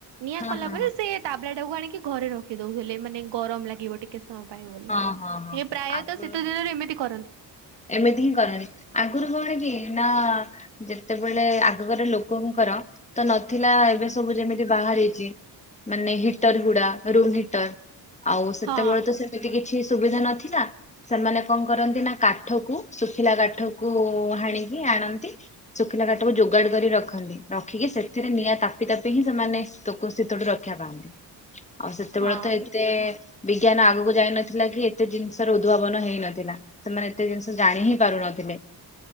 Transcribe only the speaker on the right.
ନିଆଁ
କଲା
ବଳେ ସେ ତାବଲା ଟାକୁ ଆଣିକି ଘରେ ରଖି ଦଉହେଲେ ମାନେ ଗରମ ଲାଗିବ ଟିକେ ସମ। ପାଏ ବୋଲି
ୟେ ପ୍ରାୟତଃ
ଶୀତ ଦିନରେ ଏମିତି କରନ୍ତି।
ହଁ
ହଁ